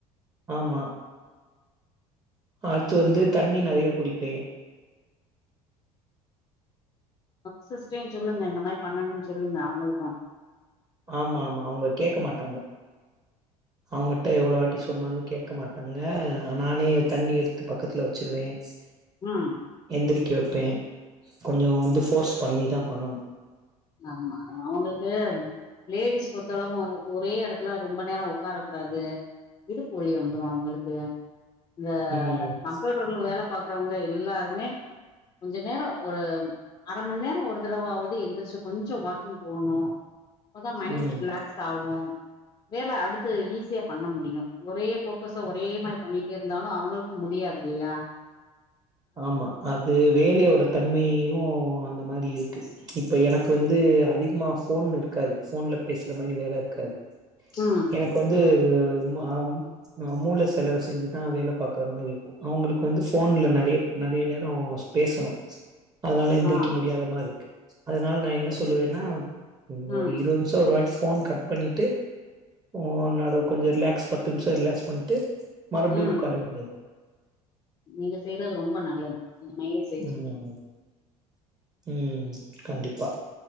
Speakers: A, on the right (about 20°); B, on the left (about 25°).
A: ஆமா அடுத்து வந்து தண்ணி நெறைய குடிப்பே
B: <unintelligible> சொல்லுங்க இந்த மார் பண்ணணுனு சொல்லுங்க அவங்களுக்கு
A: ஆமா ஆமா அவுங்க கேக்க மாட்டாங்க அவுங்கட்ட எவ்ளோ வாட்டி சொன்னாலு கேக்க மாட்டாங்க நானே தண்ணி எடுத்து பக்கத்துல வச்சிருவே ச்ச்
B: ம்
A: எந்திரிக்க வெப்பே கொஞ்சொ வந்து
B: ம்
A: ஃபோர்ஸ் பண்ணி தா பண்ணணு
B: ஆமா அவுங்களுக் க்கு லேடீஸ் பொறுத்தளவு ஒரே எடத்ல ரொம்ப நேரோ உட்காரக் கூடாது இடுப்பு ஒலி வந்துரு அவுங்களுக்கு அ இந்த
A: ம்
B: கம்ப்யூட்டர்ல வேல பாக் க்ரவுங்க எல்லாருமே கொஞ்ச நேரோ ஒரு அரமண்நேரோ ஒரு தடவாவது எந்துர்ச்சு கொஞ்சொ வாக்கிங் போணு அப்பதா மைண்
A: ம்
B: ரிலாக்ஸ்டாகு வேல அடுத்து ஈஸியா பண்ண முடியு ஒரே போ கோஸொ ஒரே மாரி பண்ணீட்டே இருந்தாலு அவுங்கள்க்கு முடியாதில்லியா
A: ஆமா அது வேலலயோட தன்மையயு அந்த மாரி இருக்கு இப்ப எனக் வந்து அதிகமா ஃபோன் இருக்காது ஃபோன்ல பேசற மாரி வேல இருக்காது
B: ம்
A: எனக்கு வந்து உ மு ஆ ம் அ மூள செலவு செஞ்சுதா வேல பாக்கற மாரி இருக்கு அவுங்களுக்கு வந்து ஃபோன்ல நெறைய நெறைய நேரோ ஸ் பேசணு அதுனால எந்திரிக்க
B: ஆ
A: முடியாத மாருக்கு அதுனால நா என்ன
B: சரி
A: சொல்லுவேன்னா
B: ம்
A: ஒரு இருவத் நிம்ஷோ ஒரு வாட் போன் கட் பண்ணீட்டு ஓ <unintelligible> கொஞ்சொ ரிலாக்ஸ் பத்து நிம்ஷோ ரிலாக்ஸ் பண்ட்டு மறுப்டியு
B: ம்
A: உக்கார வேண்டித்
B: நீங்க செய்றது ரொம் ம்ப நல்லது இந்த மைய <unintelligible>
A: ம் ம் கண்டிப்பா